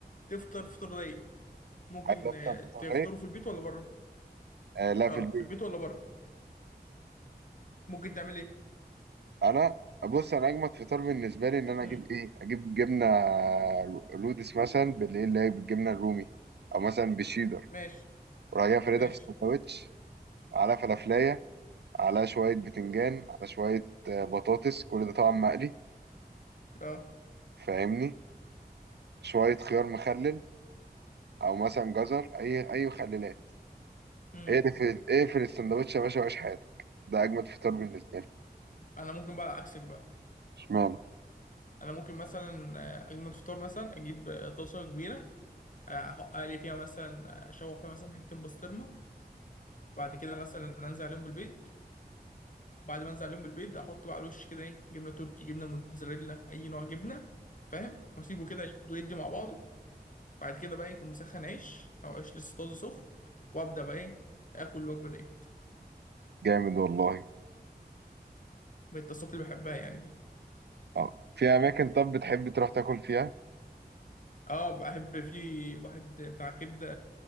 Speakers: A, on the left (about 50°); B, on the right (about 85°).
A: تفطر فطار رايق ممكن
B: عايز افطر
A: آه،
B: فطار
A: تفطره
B: ايه
A: في البيت ولا بره
B: آه لا
A: اه
B: في البيت
A: في البيت ولا بره ممكن تعمل ايه
B: انا بص انا اجمد فطار بالنسبه لي ان انا
A: امم
B: اجيب ايه اجيب جبنه رودس مثلا بالليل اللي هي بالجبنه الرومي او مثلا بالشيدر
A: ماشي
B: وراح جاي فردها
A: ماشي
B: في السندوتش على فلافلايه على شويه بتنجان على شويه آه، بطاطس كل ده طبعا مقلي
A: اه
B: فاهمني شويه خيار مخلل او مثلا جزر اي اي مخللات
A: امم
B: ايه في ايه في السندوتش يا باشا وعيش حياتك ده اجمد فطار بالنسبه لي
A: انا ممكن بقى عكسك بقى
B: اشمعنى
A: انا ممكن مثلا آه، اجمل فطار مثلا اجيب آه، طاسه كبيره آه، احط لي فيها مثلا آه، اشوح فيها مثلا حتتين بسطرمه بعد كده مثلا انزل عليهم بالبيض بعد ما انزل عليهم بالبيض احط بقى على الوش كده ايه جبنه تركي جبنه موتزاريلا اي نوع جبنه فاهم واسيبه كده ياخد ويدي مع بعضه بعد كده بقى إيه، يكون مسخن عيش او عيش لسه طازه سخن وابدا بقى ايه اكل الوجبه ديت
B: جامد والله
A: من التصاصات اللي بحبها يعني دي
B: اه في اماكن طب بتحب تروح تاكل فيها
A: اه بحب في واحد بتاع كبدة